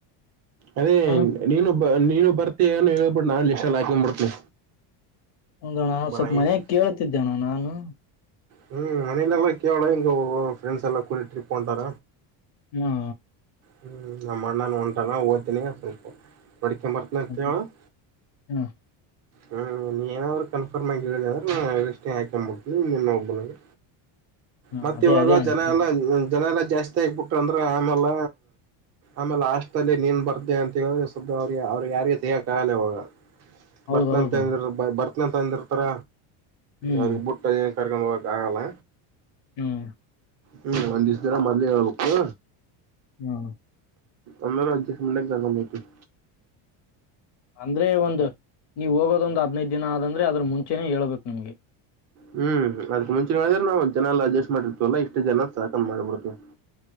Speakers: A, on the right (about 35°); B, on the left (about 55°).
A: ಅದೇ
B: ಮತ್ತಣ?
A: ನೀನು ನೀನು ಬರ್ತ ಅಾನ ಹ ಹೇಳಬಿಟ್ಟು ನಾನು ಎಷ್ಟ ಎಲ್ಲ ಹಾಕೊಂಡ್ಬಿಡ್ತೀನಿ
B: ಆಂಧ್ರಣ
A: ಬರಂಗಿಲ್ಲ
B: ಸ್ವಲ್ಪ ಮನಯಾಗ ಕೇಳ್ತಿದ್ದೆಣ ನಾನು.
A: ಹ್ಮ್ ಮನೆಯಲೆೆಲ್ಲಾ ಕೇವಳ ಇಂಗ ಒ ಫ್ರೆಂಡ್ಸ್ ಎಲ್ಲ ಕೂಲಿ ಟ್ರಿಪ್ ಹೋಂಡರ.
B: ಹಾ
A: ಹ್ಮ್ ನಮ್ಮ ಅಣ್ಣಾನ ಹೊಂಟಾನ <unintelligible> ಸ್ವಲ್ಪ. ಪಡಿಕನ್. <unintelligible>
B: ಅದೇ. ಹಾ
A: ಹ್ಮ್ ನೀ ಏನಾದ್ರು ಕನ್ಫರ್ಮ ಆಗಿ ಹೇಳಿಲ್ಲ ಅಂದ್ರೆ ಎಷ್ಟನೆ ಹ ಆಕೊಂಡ್ಬಿಡ್ತನಿ ನೀನ್ನ ಒಬನಗೆ
B: <inaudible> ಹಾ.
A: ಮತ್ತ
B: ಅದೇ
A: ಇವಾಗ
B: ಅದೇ ಅ
A: ಜನ ಎಲ್ಲಾ ಜನ ಎಲ್ಲಾ ಜಾಸ್ತಿ ಆಕ್ಬಿಟ್ರ ಅಂದ್ರ ಆಮೇಲ್ಲ. ಆಮೇಲೆ ಆಾಸ್ ಅಲ್ಲಿ ನೀನ್ ಬರದೇ ಅಂತ ಹೇಳಿ ಸುದ್ದ ಅವ್ರಿಗೆ ಅವ್ರಿಗೆ ಯಾರಿಗೆ ತೇಕಗಲ್ಲೇ ಹೋಗ.
B: ಹೌದೌದು
A: ಬರ್ತನಂತಂದಿ ಬರ್ತನ ತಂದಿರ್ತರ
B: ಹ್ಮ್
A: ಅವ್ರಿಗೆ ಬುಟ್ಟ ಏನ್ ಕರ್ಕೊಂಡ್ ಕ್ರಮವ. ಆಗಲ್ಲ
B: ಹ್ಮ್
A: ಹ್ಮ್ ಒಂದ್ ದಿವಸ್ದರ ಮೊದ್ಲೇ ಹೇಳ್ಬೇಕು.
B: ಹ್ಮ
A: ಅಂದರ <unintelligible>
B: ಅಂದ್ರೆ ಒಂದು ನೀವು ಹೋಗೋದೊಂದು ಹದ್ನೈದು ದಿನ ಆದಂದ್ರೆ ಅದ್ರ ಮುಂಚೆನೇ ಹೇಳ್ಬೇಕು ನಿಮ್ಗೆ.
A: ಹ್ಮ್ ಅದಕ್ ಮುಂಚೆ ಹೇಳಿದ್ರೆ ನಾವು ಜನ ಅಡ್ಜಸ್ಟ್ ಮಾಡಿರ್ತವಲ್ಲಾ ಇಷ್ಟು ಜನ ಸಾಕು ಮಾಡ್ಬಿಡ್ತವಿ.